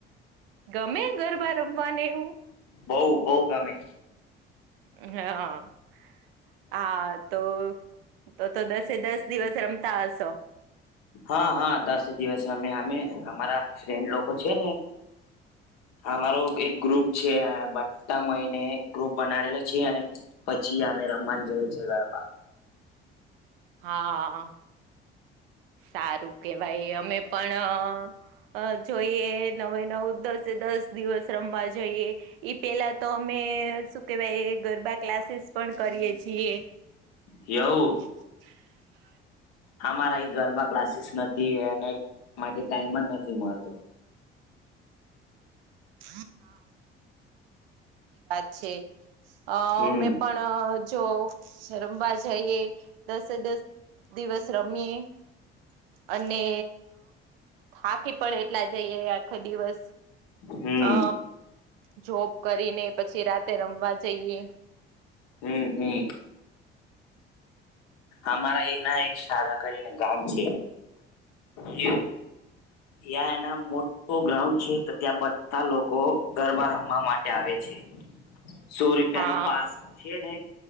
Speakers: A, on the right; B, on the left.
A: ગમે ગરબા રમવાને એવું?
B: બઉ બઉ ગમે.
A: હમ્મ હા. હા તો તો તો દસે દસ દિવસ રમતા હશો?
B: હા હા દસે દિવસ રમીએ અમે અમારા ફ્રેન્ડ લોકો છે ને અમારો એક ગ્રુપ છે આયા બધા મળીને ગ્રુપ બનાવેલો છે અને પછી અમે રમવાનું જઈએ છીએ ગરબા.
A: હા સારું કેવાય અમે પણ અઅ અ જોઈએ નવે નવ દસે દસ દિવસ રમવા જઈએ. એ પેલા તો અમે શું કેહેવાય ગરબા ક્લાસીસ પણ કરીએ છીએ.
B: યવુ.
A: <unintelligible>
B: આમારા અય ગરબા ક્લાસીસ નથી એને માટે ટાઈમ જ નથી મળતો.
A: હા હા. સાચી વાત છે અ
B: હમ
A: મે પણ અ જો રમવા જઈએ દસે દસ દિવસ રમીએ અને થાકી પણ એટલા જઈએે આખો દિવસ
B: હમ
A: અ જોબ કરીને પછી રાતે રમવા જઈએ.
B: હમ હમ. અમારા એના એક શાળા કરીને ગામ છે એય યા એના મોટ્ટો ગ્રાઉન્ડ છે, તો ત્યાં બધા લોકો ગરબા રમવા માટે આવે છે સો રૂપિયાનું
A: હા
B: પાસ છે ને